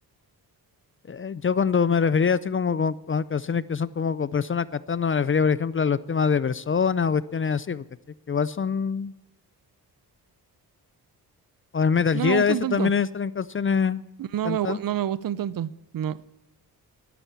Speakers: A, on the left; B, on the right.
A: Eh, yo cuando me refería así como con, con canciones que son como con personas cantando, me refería, por ejemplo, a los temas de personas o cuestiones así, porque sí, que igual son... O en Metal
B: No
A: Gear
B: me gustan
A: a veces
B: tanto,
A: también salen canciones
B: no
A: cantadas.
B: me, gu- no me gustan tanto, no.